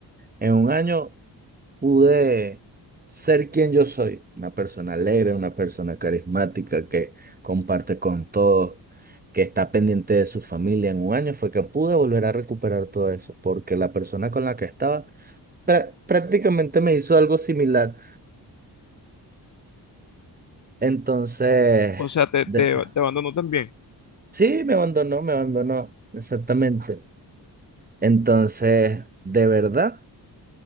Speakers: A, on the right; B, on the left.
A: En un año pude ser quien yo soy, una persona alegre, una persona carismática que comparte con todos, que está pendiente de su familia. En un año fue que pude volver a recuperar todo eso porque la persona con la que estaba prá- prácticamente me hizo algo similar. Entonces,
B: O sea, te,
A: de-
B: te,
A: de-
B: te abandono también.
A: sí, me abandonó, me abandonó, exactamente. Entonces, de verdad